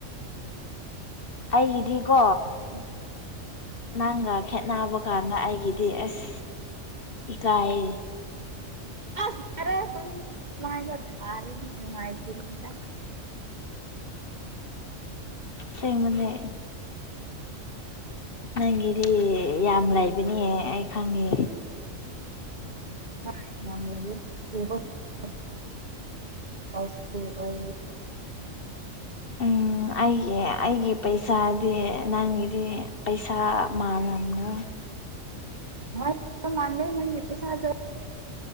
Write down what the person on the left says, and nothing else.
ꯑꯩꯒꯤꯗꯤꯀꯣ
ꯅꯪꯒ ꯈꯦꯠꯅꯕ ꯀꯥꯟꯗ ꯑꯩꯒꯤꯗꯤ ꯑꯁ ꯏꯀꯥꯏꯌꯦ
ꯑꯁꯦꯡꯕꯅꯤ ꯅꯪꯒꯤꯗꯤ ꯌꯥꯝ ꯂꯩꯕꯅꯦ ꯑꯩ ꯈꯪꯉꯦ
ꯎꯝ ꯑꯩꯒꯤ ꯑꯩꯒꯤ ꯄꯩꯁꯥꯗꯤ ꯅꯪꯒꯤꯗꯤ ꯄꯩꯁꯥ ꯃꯥꯟꯅꯕ꯭ꯔꯥ